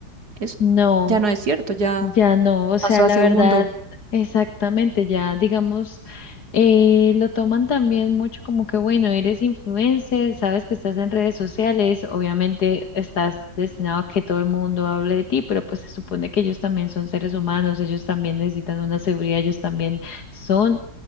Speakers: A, on the right; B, on the left.
A: Eso
B: No.
A: ya no es cierto, ya
B: Ya no, o
A: pasó
B: sea,
A: a
B: la
A: segundo.
B: verdad, exactamente, ya digamos, eh, lo toman también mucho como que, bueno, eres influencer, sabes que estás en redes sociales, obviamente estás destinado a que todo el mundo hable de ti, pero pues se supone que ellos también son seres humanos, ellos también necesitan una seguridad, ellos también son